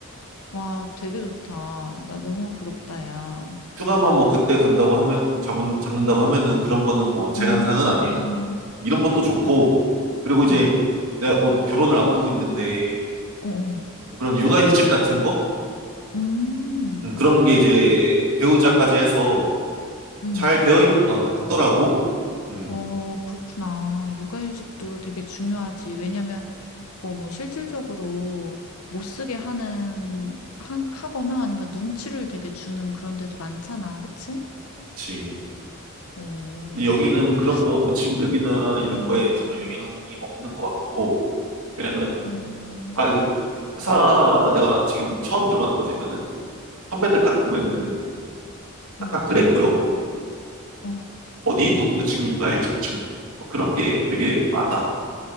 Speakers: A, on the left; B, on the right.
A: 와, 되게 좋다. 나 너무 부럽다, 야.
B: 휴가만 뭐 그때 간다고 하면 잡은 잡는다고 하면은 그런 거는 뭐 제한사항은
A: 음,
B: 아니야 이런 것도
A: 그렇구나.
B: 좋고 그리고 이제
A: 응,
B: 내가 곧 결혼을 앞두고 있는데
A: 응,
B: 뭐 그런 육아휴직 같은 거
A: 응.
B: 음, 그런
A: 음,
B: 게 이제 배우자까지 해서
A: 음.
B: 잘 되어 있는 것 같, 같더라고 음
A: 어, 그렇구나. 육아휴직도 되게 중요하지. 왜냐면, 그거 뭐 실질적으로 못 쓰게 하는, 하, 하거나 아니면 눈치를 되게 주는 그런 데도 많잖아. 그치?
B: 그치
A: 어,
B: 근데 여기는
A: 그러면은,
B: 뭐 그런 거 뭐 진급이나 이런
A: 음,
B: 거에 전혀 영향이 없는 것 같고 왜냐면
A: 어, 어,
B: 아, 그 회사 내가 지금 처음 들어가는 거지만은 선배들 딱 보면은 딱,
A: 음,
B: 다 그래 보여.
A: 어.
B: 어디 누구 지금 육아에 집중. 뭐 그런 게 되게 많아.